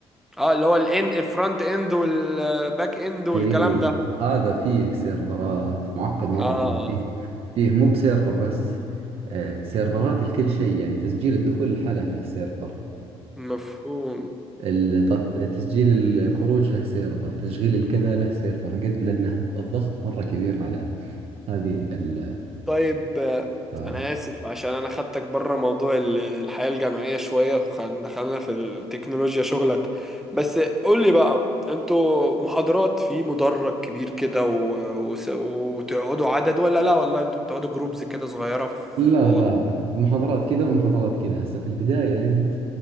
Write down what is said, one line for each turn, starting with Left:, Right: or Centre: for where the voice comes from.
Centre: اه اللي هو الان الفرونت اند والباك اند والكلام
Right: اي
Centre: ده
Right: هذا فيه سيرفرات معقد مرة
Centre: اه
Right: هذا فيه فيه مو بسيرفر بس آه، سيرفرات لكل شيء يعني تسجيل الدخول لحاله له سيرفر
Centre: مفهوم
Right: الت- تسجيل الخروج له سيرفر تشغيل الكذا له سيرفر قد لأنه الضغط مرة كبير على هذه ال
Centre: طيب آه،
Right: آه،
Centre: انا اسف عشان انا خدتك بره موضوع ال- الحياة الجامعية شوية ودخلنا في التكنولوجيا شغلك بس قول لي بقى انتوا محاضرات في مدرج كبير كده و... و... وتقعدوا عدد ولا لا والله انتوا بتقعدوا جروبز كده صغيرة في
Right: لا
Centre: اوض
Right: لا محاضرات كذا ومحاضرات كذا هسه في البداية أنت